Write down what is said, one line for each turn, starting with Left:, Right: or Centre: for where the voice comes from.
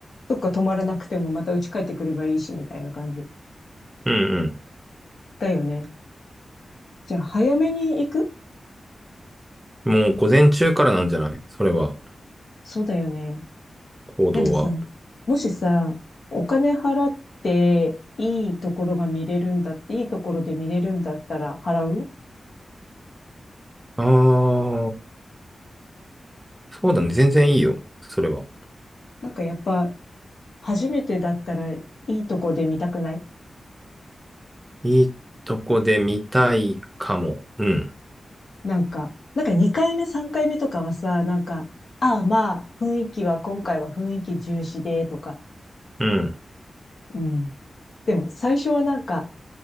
Left: どっか止まらなくてもまた家帰ってくればいいし、みたいな感じ
Right: うん
Left: だよね。じゃあ、早めに行く
Right: もう午前中からなんじゃないそれは、
Left: そうだよね。
Right: 行動は。
Left: でもさ、もしさ、お金払っていいところが見れるんだ、いいところで見れるんだったら払う
Right: ああ、そうだね。全然いいよ。それは。
Left: なんかやっぱ、初めてだったらいいとこで見たくない
Right: いいとこで見たいかも。うん。
Left: なんか、なんか2回目、3回目とかはさ、なんか、ああまあ、雰囲気は今回は雰囲気重視で、とか、
Right: うん。
Left: うん。でも最初はなんか、